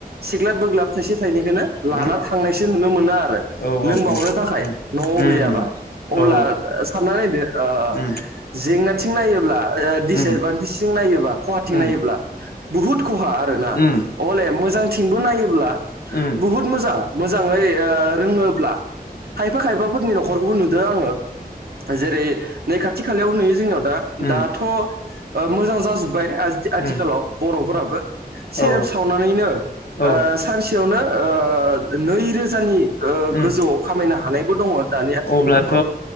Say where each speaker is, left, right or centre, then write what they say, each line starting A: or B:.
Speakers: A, on the right; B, on the left.
A: सिग्लाब बोग्लाब थाइसे थाइनैखोनो लाना
B: उम
A: था नायसो नुनो मोनो आरो
B: औ
A: लोंबावनो
B: औ औ
A: थाखाय
B: उम
A: न'आव
B: उम
A: गैयाबा अब्ला
B: औ
A: सानना नायदो ओ
B: उम
A: जेंनाथिं नायोब्ला ओ डिसएदभान्टेजों
B: उम
A: नायोबा खहाथिं
B: उम
A: नायोब्ला बुहुद खहा आरोना
B: उम उम
A: हले मोजांथिंबो नायोब्ला
B: उम
A: बुहुद मोजां। जाङै ओ रोङोब्ला खायफा खायफाफोरनि न'खरखौबो नुदों आङो जे रै नै खाथि खालायाव नुयो जोंनियाव दा
B: उम
A: दाथ' ओ मोजां जाजोब बाय आ आथिखालाव
B: उम उम
A: बर'फोराबो
B: औ
A: सेरेप सावनानैनो ओ
B: औ
A: सानसेयावनो ओ नैरोजानि ओ
B: उम
A: गोजौआव खामायनो हानायबो दङो। दानि आथिखालनि
B: अब्लाथ'
A: न'खराव